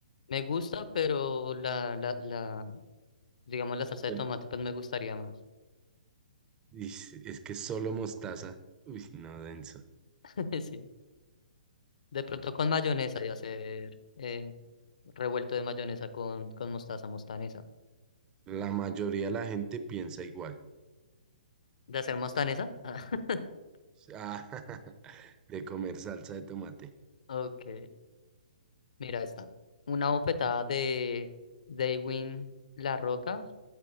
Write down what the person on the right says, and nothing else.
Pero-
y sí, es que solo mostaza. Uy, no, denso.
La mayoría de la gente piensa igual.
Ah, <laughs> de comer salsa de tomate.